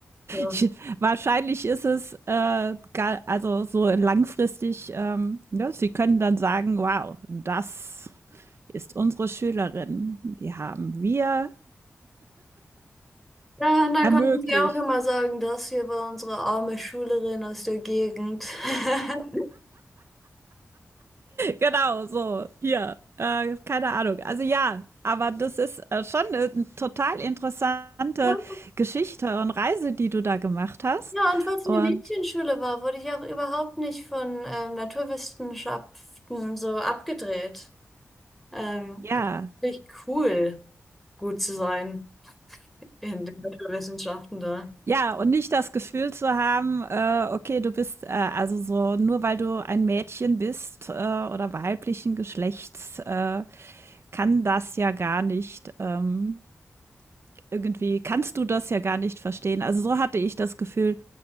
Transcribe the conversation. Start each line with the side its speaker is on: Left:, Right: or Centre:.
Centre: So.
Right: Ich, wahrscheinlich ist es äh, ga- also so langfristig, ähm, ja, sie können dann sagen, wow, das ist unsere Schülerin. Die haben wir
Centre: Ja, und dann
Right: ermöglicht.
Centre: konnten sie auch immer sagen, das hier war unsere arme Schülerin aus der Gegend. <laughs>
Right: Genau, so, hier, äh, keine Ahnung. Also ja, aber das ist äh, schon eine total interessante
Centre: Ja.
Right: Geschichte und Reise, die du da gemacht hast.
Centre: Ja, und weil es
Right: Und
Centre: eine Mädchenschule war, wurde ich auch überhaupt nicht von ähm, Naturwissenschaften so abgedreht. Ähm,
Right: ja,
Centre: es ist richtig cool, gut zu sein in den Naturwissenschaften da.
Right: Ja, und nicht das Gefühl zu haben, äh, okay, du bist äh, also so, nur weil du ein Mädchen bist äh, oder weiblichen Geschlechts, äh, kann das ja gar nicht, ähm, irgendwie, kannst du das ja gar nicht verstehen. Also so hatte ich das Gefühl,